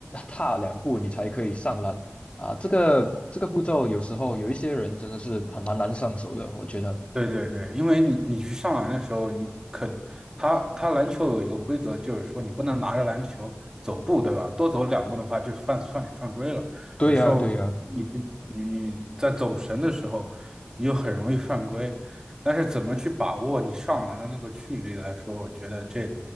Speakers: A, on the left; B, on the right.
A: 踏两步你才可以上篮啊、这个这个步骤有时候有一些人真的是很蛮难上手的，我觉得。
B: 对对对，因为你你去上篮的时候，你肯他他篮球有一个规则，就是说你不能拿着篮球走步，对吧？多走两步的话，就犯算你犯规了。
A: 对呀，
B: 有时候你你你在走神的时候，
A: 对呀。
B: 你就很容易犯规。但是怎么去把握你上篮的那个距离来说，我觉得这